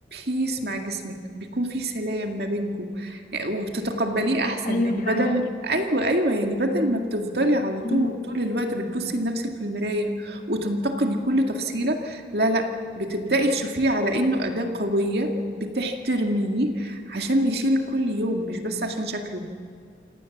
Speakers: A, on the right; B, on the left.
A: بيس مع جسمك بيكون في سلام ما بينكم يعني وبتتقبليه أحسن
B: ايوه
A: يعني بدل
B: فعلا
A: أيوة أيوة يعني بدل ما بتفضلي على طول
B: امم
A: طول الوقت بتبصي لنفسك في المراية وتنتقدي كل تفصيلة لا لا بتبدأي تشوفيه على إنه أداة قوية بتحترميه عشان بيشيلك كل يوم مش بس عشان شكله